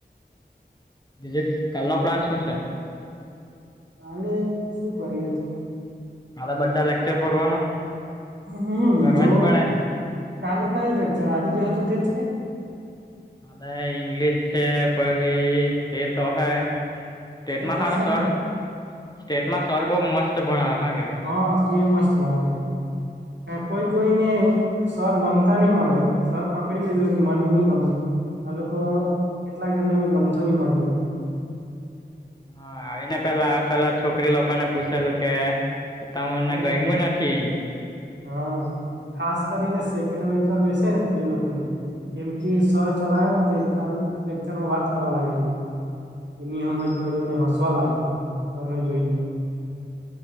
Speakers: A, on the left (about 20°); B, on the right (about 80°).
A: બીજું કાલનો પ્લાન શું છે?
B: કાલે શું કરીએ તો?
A: કાલે બધા લેક્ચર ભરવાનો
B: હમ્મ
A: ભરવા
B: જો
A: જ પડે ને
B: કાલે કયો લેક્ચર આજે જે હતું તે જ કે?
A: કાલે ઈંગ્લિશ છે પહી સ્ટેટ હોહે સ્ટેટમાં
B: સ્ટેટ
A: હારા
B: હશે
A: સર
B: ને
A: સ્ટેટમાં સર બોવ મસ્ત ભણાવે હા. કેવાય
B: હમ્મ એ મસ્ત ભણાવે કોઈ કોઈને સર ગમતાની મળે સર પકડી લીધેલું કે મનેની ગમે આ લોકો કેટલાક જનને મે ગમતો નહી મળે એમ કે
A: હા આવીને પેલા પેલા છોકરી લોકો ને પૂછેલું કે, તમને
B: હા
A: ગયમું નથી એમ કે.
B: હા ખાસ કરીને સેકન્ડ બેન્ચ પર બેસે ને તે લોકોની. કેમ કે સર ચલાવે તે ચાલુ લેક્ચરમાં વાત કરવા લાગેલી. એની હમજ પડ્યો ને હસવા લાગેે સરને જોઈને.